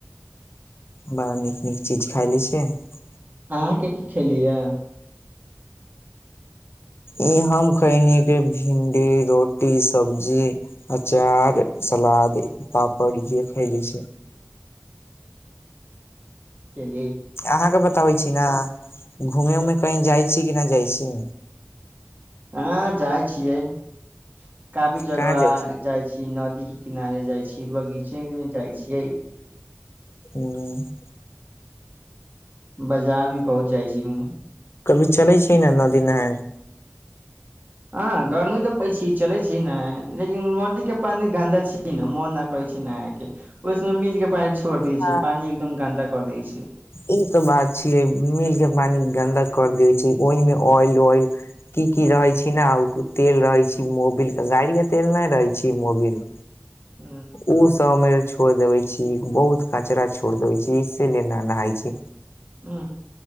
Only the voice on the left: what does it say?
ब नीक नीक चीज खाय लैत छियैक
इ हम खैली भिन्डी रोटी रोटी सब्जी अचार सलाद पापड़ जे खयलै छै
अहाँके बताबय छी न घूमे उमे कहि जाइत छी कि नहि जाइत छी
कहाँ जाइ
छी
कभी चलै छि न नदी नेहाय
हँ
ई तो बात छिय मिल के पानि गंदा कर दै छै ओहिमे ऑइल ओइल की की रहे छै न ओ तेल रहै छै मोबिल के गड़ि के तेल नहि रहै छी मोबिल
ओसभमे छोड़ देबे छी बहुत कचरा छोड़ देबै छी इसलिए नह नहाइ छी